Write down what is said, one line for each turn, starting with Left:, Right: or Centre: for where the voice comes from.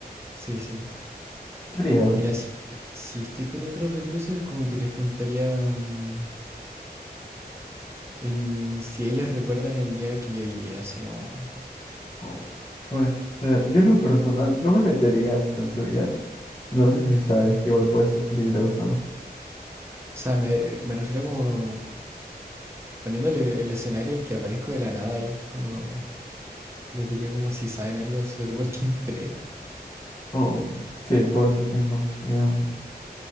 Right: sí, sí.
Left: ¿Qué harías?
Right: Mira, si, si estoy con otros reclusos, como que les preguntaría mm, en- si ellos recuerdan el día que yo llegué así como-
Left: Oh, pues eh, yo en lo personal no me metería este, en su vida. No sé si sabes que igual puede ser peligroso.
Right: O sea, me, me refiero como Poniéndole el escenario y que aparezco de la nada ahí, como les diría como si saben algo sobre por qué entré.
Left: Oh, sí, puede ser también una opción.